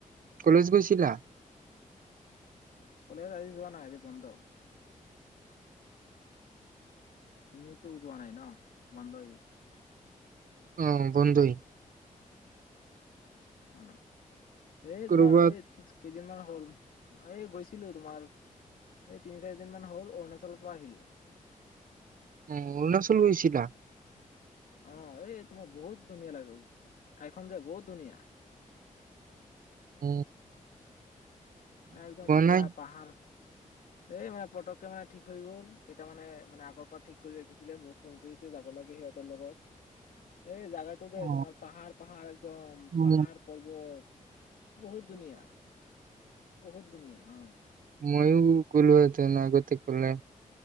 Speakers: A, on the right; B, on the left.
A: কলেজ গৈছিলা?
B: কলেজ আজি যোৱা নাই আজি বন্ধ। তুমিটো যোৱা নাই ন বন্ধই।
A: অ', বন্ধই।
B: অ', এ
A: কৰবাত
B: তোমাৰ এই কেইদিনমান হ'ল এই গৈছিলো তোমাৰ এই তিনি চাৰি দিন মান হ'ল অৰুণাচলৰ পৰা আহিলো।
A: উম, অৰুণাচল গৈছিলা?
B: অ', এই তোমাৰ বহুত ধুনীয়া লাগে ঠাইখন যে বহুত ধুনীয়া।
A: উম।
B: একদম পুৰা
A: নাই
B: পাহাৰ। এই মানে পতককে মানে ঠিক হৈ গ'ল কেইটা মানে মানে আগৰ পৰা ঠিক কৰি ৰাখিছিলে মোক। ফোন কৰিছে যাব লাগে সিহঁতৰ লগত এই জোগাত টো যে
A: অ
B: তোমাৰ পাহাৰ পাহাৰ একদম
A: উ
B: পাহাৰ পৰ্বত বহুত ধুনীয়া। বহুত ধুনীয়া অ'।
A: ময়ো গ'লোহেঁতেন আগতে ক'লে।